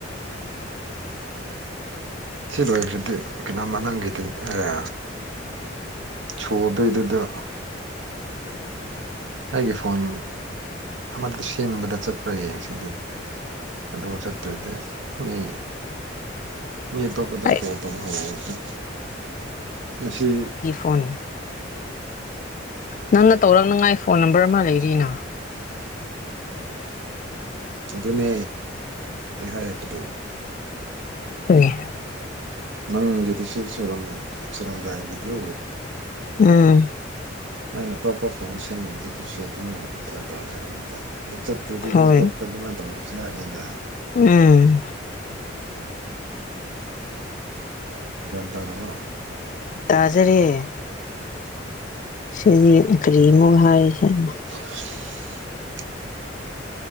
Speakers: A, on the right; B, on the left.
A: ꯁꯤ ꯂꯣꯏꯈ꯭ꯔꯗꯤ ꯀꯩꯅꯣꯝꯃ ꯅꯪꯒꯤꯗꯤ ꯑꯦ ꯁꯣꯗꯩꯗꯨꯗ
B: <inaudible>
A: ꯑꯩꯒꯤ ꯐꯣꯟ ꯑꯃꯗ ꯁꯦꯝꯕꯗ ꯆꯠꯄ꯭ꯔꯥ ꯌꯦꯡꯁꯦ ꯑꯗꯨ ꯑꯗꯨꯕꯨ ꯆꯠꯇꯣꯏꯗꯤ ꯃꯤ ꯃꯤ ꯑꯇꯣꯞꯄꯗ
B: ꯑꯩ
A: ꯀꯣꯜ ꯇꯧꯕ ꯍꯧꯋꯣ ꯑꯗꯨꯝ ꯉꯁꯤ
B: ꯑꯣꯟ ꯅꯪꯅ ꯇꯧꯔꯛꯅꯉꯥꯏ ꯐꯣꯟ ꯅꯝꯕꯔ ꯑꯃ ꯂꯩꯔꯤꯅ
A: ꯑꯗꯨꯅꯦ ꯑꯩ ꯍꯥꯏꯕꯗꯨ
B: ꯍ <unintelligible>
A: ꯅꯪꯒꯤꯗꯨꯁꯨ ꯆꯨꯔꯝ ꯆꯨꯔꯝꯗꯥꯏꯒꯤꯗꯨ
B: ꯎꯝ
A: ꯑꯩꯅ ꯑꯇꯣꯄ ꯐꯣꯟꯗ ꯁꯦꯝꯕꯗꯨꯁꯨ ꯑꯗꯨꯃꯥꯏꯅ ꯇꯧꯔꯒꯦ ꯍꯥꯏꯔꯅꯤꯗ ꯑꯗꯨ ꯆꯠ ꯑꯗꯨꯨꯗꯤ
B: ꯍꯣꯏ
A: ꯃꯤ ꯇꯣꯞꯇ ꯑꯗꯨꯃꯥꯏꯅ ꯇꯧꯗꯕꯁꯨ ꯌꯥꯅꯤꯅ
B: ꯎꯝ
A: ꯒ꯭ꯌꯥꯟ ꯇꯥꯔꯕꯣ
B: ꯇꯥꯖꯔꯦ ꯁꯤꯗꯤ ꯀꯔꯤ ꯑꯃꯨꯛ ꯍꯥꯏꯔꯤ ꯁꯅꯣ
A: ꯄ <inaudible>